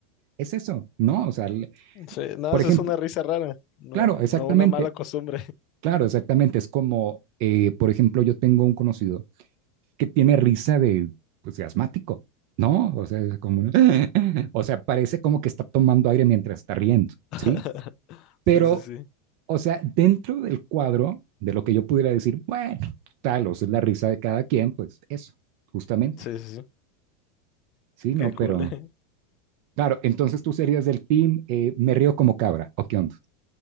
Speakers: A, on the right (about 55°); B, on the left (about 45°).
A: Es eso, ¿no? O sea, le-
B: Sí, no,
A: por
B: eso
A: ejemplo,
B: es una risa rara, no,
A: claro, exactamente,
B: no una mala costumbre.
A: claro, exactamente. Es como, eh, por ejemplo, yo tengo un conocido que tiene risa de, pues, de asmático, ¿no? O sea, es como, una- <laughs> o sea, parece como que está tomando aire mientras está riendo,
B: <laughs>
A: ¿sí? Pero,
B: Sí, sí, sí,
A: o sea, dentro del cuadro de lo que yo pudiera decir, bueno, tal, o sea, es la risa de cada quien, pues eso, justamente,
B: sí, sí, sí,
A: ¿sí?
B: qué
A: No,
B: cool.
A: pero,
B: <laughs>
A: claro, entonces tú serías del team, eh, me río como cabra, ¿o qué onda?